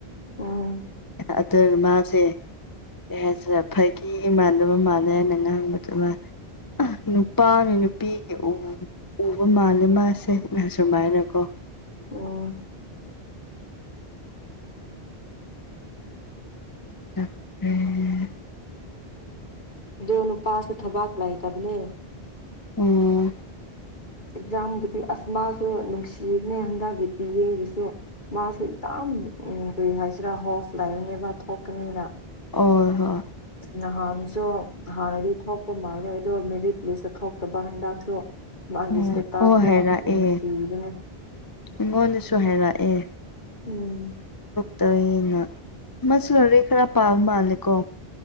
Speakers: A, on the left; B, on the left.
A: ꯎꯝ
B: ꯑꯗꯨꯒ ꯃꯥꯁꯦ ꯑꯦꯖ꯭ꯕ ꯐꯥꯒꯤ ꯃꯥꯟꯗꯕ ꯃꯥꯜꯂꯦ ꯑꯩꯅ ꯉꯥꯡꯕꯗꯣ ꯃꯥꯅ ꯑ ꯅꯨꯄꯥꯅꯤ ꯅꯨꯄꯤꯒꯤ ꯎ ꯎꯕ ꯃꯥꯜꯂꯦ ꯃꯥꯁꯦ ꯅ ꯁꯨꯃꯥꯏꯅꯀꯣ
A: ꯑꯣ
B: <unintelligible>
A: ꯗꯣ ꯅꯨꯄꯥꯁꯨ ꯊꯕꯥꯛ ꯂꯩꯇꯕꯅꯦ
B: ꯎꯝ
A: ꯑꯦꯛꯖꯥꯝꯕꯨꯗꯤ ꯑꯁ ꯃꯥꯁꯨ ꯅꯨꯡꯁꯤꯕꯅꯦ ꯍꯟꯗꯛꯒꯤ ꯗꯤꯌꯦ ꯒꯤꯁꯨ ꯃꯥꯁꯨ ꯇꯥꯝ ꯎꯝ ꯀꯔꯤ ꯍꯥꯏꯁꯤꯔꯥ ꯍꯣꯐ ꯂꯩꯕꯅꯦꯕ ꯊꯣꯛꯀꯅꯤꯅ
B: ꯑꯣꯏ ꯍꯣ
A: ꯅꯍꯥꯟꯁꯨ ꯍꯥꯟꯅꯗꯤ ꯊꯣꯛꯄ ꯃꯥꯜꯂꯦ ꯑꯗꯨ ꯃꯦꯔꯤꯠ ꯂꯤꯁꯇ ꯊꯣꯛꯇꯕ ꯍꯟꯗꯛꯁꯨ ꯃꯥꯒꯤ
B: ꯎꯝ
A: ꯏꯁꯇꯦꯇꯥꯁꯇꯣ
B: ꯑꯣ ꯍꯥꯏꯔꯛꯑꯦ
A: ꯅꯨꯡꯁꯤꯕꯅꯦ
B: ꯑꯩꯉꯣꯟꯗꯁꯨ ꯍꯥꯏꯔꯛꯑꯦ
A: ꯎꯝ
B: ꯇꯧꯏꯅ ꯃꯥꯁꯨ ꯂꯥꯏꯔꯤꯛ ꯈꯔ ꯄꯥ ꯃꯥꯜꯂꯦ ꯀꯣ